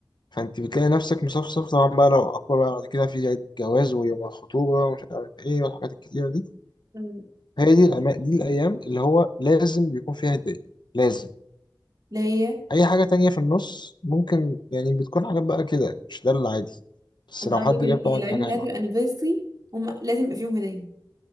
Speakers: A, on the left; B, on the right.
A: فانت بتلاقي نفسك مصفصف طبعا بقى لو أكبر بقى بعد كده في عيد جواز ويوم الخطوبة ومش عارف ايه والحاجات الكتيرة دي
B: مم.
A: هي دي الأما... دي الأيام اللي هو لازم بيكون فيها هدية لازم
B: اللي هي
A: أي حاجة تانية في النص ممكن يعني بتكون حاجات بقى كده مش ده العادي بس
B: انت
A: لو
B: قصدك
A: حد
B: ال-
A: جاب طبعا
B: يعني العيد
A: دي حاجة
B: ميلاد
A: حلوة
B: والانيفرسري هما لازم يبقى فيهم هدية